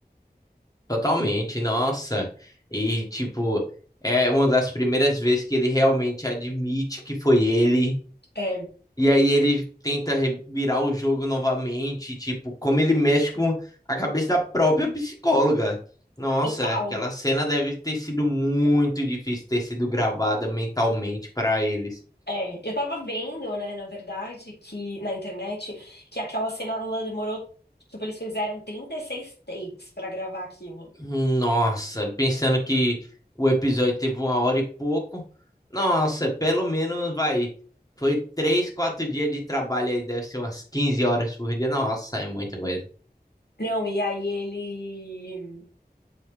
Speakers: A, on the left; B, on the left.
A: Totalmente, nossa. E, tipo, é uma das primeiras vezes que ele realmente admite que foi ele.
B: É,
A: E aí ele tenta re- virar o jogo novamente, tipo, como ele mexe com a cabeça da própria psicóloga. Nossa,
B: total.
A: aquela cena deve ter sido muito difícil ter sido gravada mentalmente para eles.
B: É, eu tava vendo, né, na verdade, que na internet, que aquela cena ela demorou, tipo, eles fizeram 36 takes pra gravar aquilo.
A: Nossa, pensando que o episódio teve uma hora e pouco. Nossa, pelo menos vai. Foi três, quatro dias de trabalho aí, deve ser umas 15 horas por dia. Nossa, é muita coisa.
B: Não, e aí ele